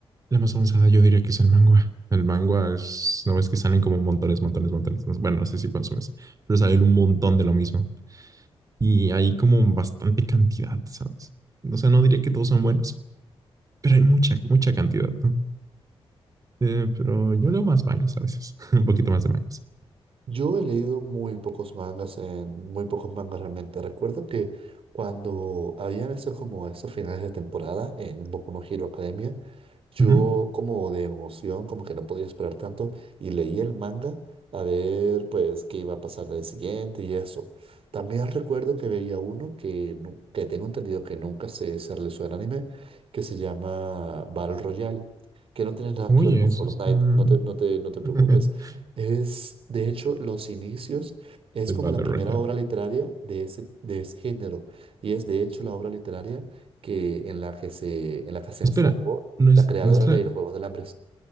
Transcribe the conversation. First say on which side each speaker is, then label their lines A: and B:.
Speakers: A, on the right; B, on the right.
A: la más avanzada yo diría que es el manga. El manga es, no ves que salen como montones, montones, montones. Bueno, no sé si consumes, pero salen un montón de lo mismo. y hay como bastante cantidad, ¿sabes? O sea, no diría que todos son buenos, pero hay mucha, mucha cantidad. ¿no? Eh, pero yo leo más mangas a veces, <laughs> un poquito más de mangas.
B: Yo he leído muy pocos mangas en muy pocos mangas realmente. Recuerdo que cuando habían esos como esos finales de temporada en Boku no Hero Academia, Yo
A: Ujú.
B: como de emoción, como que no podía esperar tanto y leí el manga a ver pues qué iba a pasar del siguiente y eso. También recuerdo que veía uno que, nu- que tengo entendido que nunca se, se realizó en anime, que se llama Battle Royale, que no tiene nada
A: Oye,
B: que ver con
A: eso
B: Fortnite,
A: está...
B: no te, no te, no te
A: <laughs>
B: preocupes. Es, de hecho, los inicios, es
A: El
B: como
A: Battle
B: la
A: Royale.
B: primera obra literaria de ese, de ese género y es de hecho la obra literaria que, en la que se, en la que se
A: Espera,
B: enfocó
A: no es,
B: la creadora
A: no es la...
B: de los Juegos del Hambre.